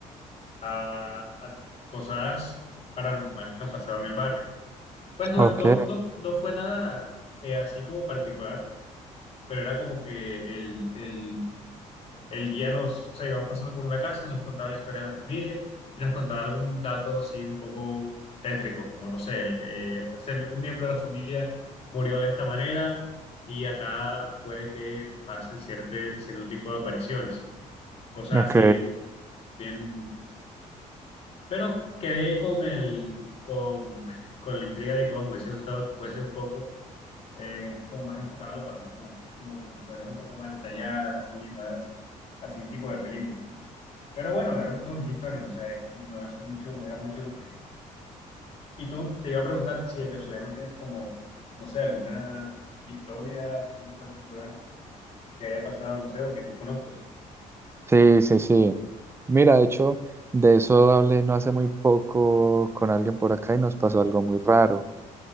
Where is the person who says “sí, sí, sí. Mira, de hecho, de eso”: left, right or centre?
Right